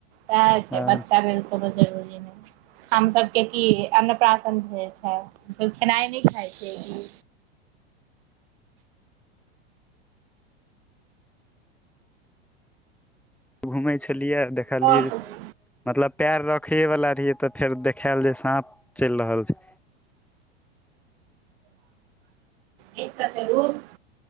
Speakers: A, on the right; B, in the centre.
A: सैह छै
B: हँ
A: बच्चा लेल कोनो जरूरी नय हम सभके की अन्नप्राशन होइ छै सब खेनाइ नय खाइ छै की
B: घूमै छलियै आ देखलियै
A: आओर सब
B: मतलब पैर रखैए वाला रहियै तऽ फेर देखायल जे साँप चलि रहल छै।
A: एक कते रू <unintelligible>